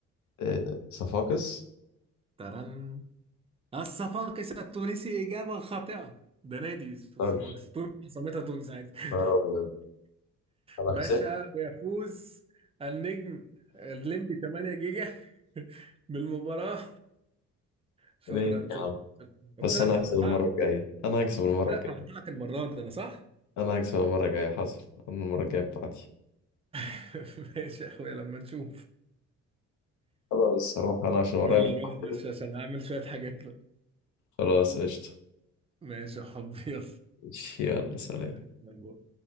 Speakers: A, on the left (about 75°); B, on the right (about 20°).
A: <laughs> آه، صفاقس
B: ترن الصفاقس التونسي إجابة خاطئة ده نادي اسمه
A: اقدرش
B: صفاقس تونس سميتها تونس عادي
A: نهار
B: <laughs>
A: ابيض انا
B: باشا
A: هكسب
B: يفوز النجم الليمبي 8 جيجا <laughs> بالمباراة شكرا
A: ماشي
B: شكرا
A: يا عم
B: شكرا. قلت
A: بس
B: لك
A: انا
B: هقطعك
A: هكسب المره الجايه انا هكسب المره
B: قلت لك
A: الجايه
B: هقطعك المرة دي أنا صح؟
A: انا هكسب المره الجايه حصل انا المره الجايه بتاعتي
B: <laughs> ماشي يا أخويا لما نشوف
A: خلاص هروح انا عشان ورايا
B: ولا
A: مشوار
B: اروح
A: كده.
B: بس عشان هعمل شوية حاجات بقى
A: خلاص قشطه
B: ماشي يا حبي
A: ماشي، يلا سلام
B: يلا